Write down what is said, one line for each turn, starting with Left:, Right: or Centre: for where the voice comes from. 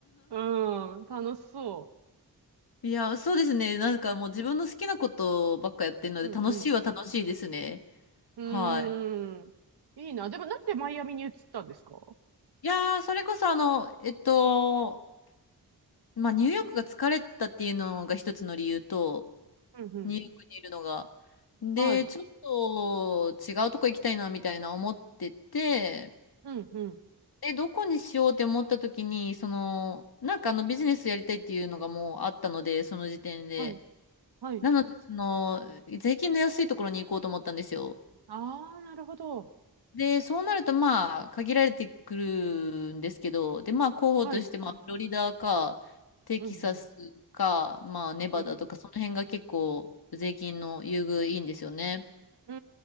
Right: うん、楽しそ
Left: <laughs> いや、そうですね。なんかもう自分の好きなことばっかやってるので、
Right: う。うんうん。
Left: 楽しいは楽しいですね。
Right: うーん。
Left: はい。
Right: いいな。でもなんでマイアミに移ったんですか
Left: いやー、それこそあの、えっと、まあ、ニューヨークが疲れたっていうのが一つの理由と、
Right: うんうん。
Left: ニューヨークにいるのが。で、
Right: はい。
Left: ちょっと違うとこ行きたいなみたいな思ってて、
Right: うん、うん。
Left: で、どこにしようって思った時に、その、なんかあのビジネスやりたいっていうのがもうあったので、その時点で。
Right: はい、はい。
Left: なので、その、税金の安いところに行こうと思ったんですよ。
Right: ああ、なるほど。
Left: で、そうなると、まあ、限られてくるんですけど、で、まあ、候補として、
Right: はい。
Left: まあ、フロリダか、テキサスか、
Right: うん、うん、
Left: まあ、ネバダとか、
Right: うん、うん。
Left: その辺が結構、税金の優遇いいんですよね。
Right: うー